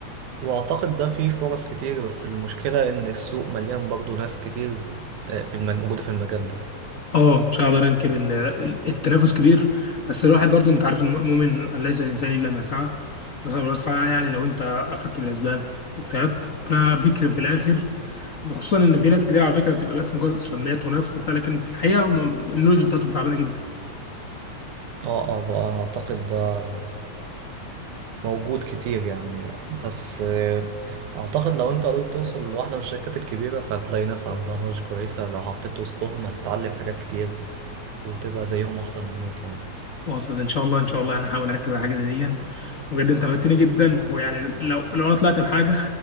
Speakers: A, on the right; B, on the left.
A: واعتقد ده فيه فرص كتير بس المشكلة ان السوق مليان برضو ناس كتير آه، في المج... موجودة في المجال ده
B: اه مش هقدر انكر ان التنافس كبير بس الواحد برضو انت عارف المؤمن ليس الانسان الا ما سعى بس بس يعني لو انت اخدت بالاسباب اجتهدت ربنا بيكرم في الاخر خصوصا ان في ناس كتير على فكره بتبقى بس مجرد سمات ونفخ وبتاع لكن في الحقيقه هم النولج بتاعتهم تعبانه جدا
A: اعتقد ده موجود كتير يعني بس آه، اعتقد لو واحدة مش شاطرة فهتلاقي ناس عندها نضج كويسة لو حطيت وسطهم هتتعلم حاجات كتير وتبقى زيهم احسن منهم كمان
B: واصل ان شاء الله ان شاء الله انا هحاول اركز على حاجه زي دي بجد انت فدتني جدا ويعني لو لو انا طلعت بحاجه